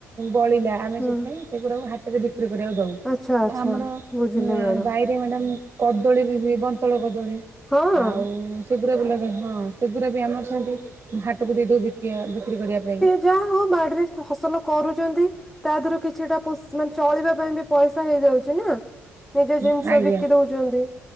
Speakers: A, on the right (about 40°); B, in the centre.
A: ବଳିଲା ଆମେ
B: ହୁଁ
A: ସେଥିପାଇଁ ସେଗୁଡ଼ାକ ହାଟରେ ବିକ୍ରି କରିବାକୁ ଦେଉ ଆଉ
B: ଆଚ୍ଛା ଆଚ୍ଛା
A: ଆମର
B: ବୁଝିଲି
A: ଅ
B: ମ୍ୟାଡାମ
A: ବାଇରେ ମାନେ କଦଳୀ ବି ହୁଏ ବନ୍ତଳ କଦଳୀ।
B: ହଁ
A: ଆଉ <unintelligible> ସେଗୁରା ବି ଆମର ସେମିତି ହାଟକୁ ଦେଇଦେଉ ବିକି ବିକ୍ରି କରିବା ପାଇଁ।
B: ଯାହା ହଉ ବାଡ଼ି ରେ ଫସଲ କରୁଛନ୍ତି ତା ଦେହରୁ କିଛିଟା ଫସ୍ ମାନେ ଯୋ ଚଳିବା ପାଇଁ ବି ପଇସା ହେଇଯାଉଛି ନା। ନିଜ
A: ଆଜ୍ଞା
B: ଜିନିଷ ବିକି ଦଉଛନ୍ତି